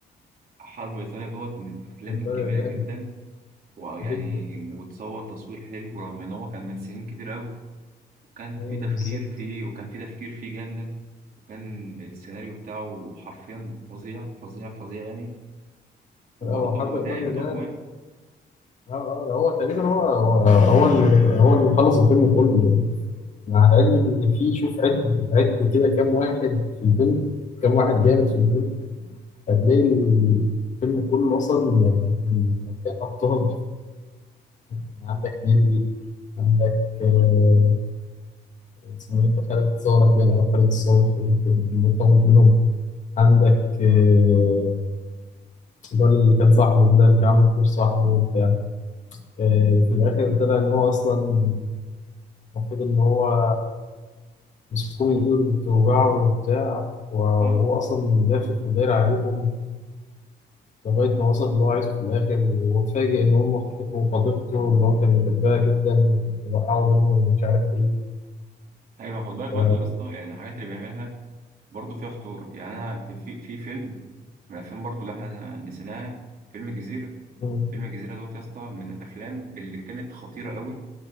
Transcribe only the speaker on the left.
<laughs>
جامد
جدا
مم،
بالظبط
هو حرب
ايطاليا
ده
اه اه هو تقريبا هو هو هو اللي هو اللي خلص الفيلم كله مع العلم ان في شوف عد عد كده كام واحد في الفيلم كام واحد جامد في الفيلم هتلاقي الفيلم كله اصلا يعني مليان ابطال يعني عندك نيلي عندك آه، اسمه ايه ده؟ خالد صالح باين او خالد الصالح كنت مرتبط بينهم عندك آه، الولد اللي كان صاحبه ده اللي كان عامل فلوس صاحبه وبتاع آه، في الآخر طلع إن هو أصلا المفروض إن هو مسكوه من إيده بتوجعه وبتاع وهو
أصلا لافف وداير عليهم لغاية ما وصل اللي هو عايزه في الآخر واتفاجئ إن هم خطفوا خطيبته اللي هو كان بيحبها جدا وقعوا بينهم ومش عارف إيه
ف...
مم،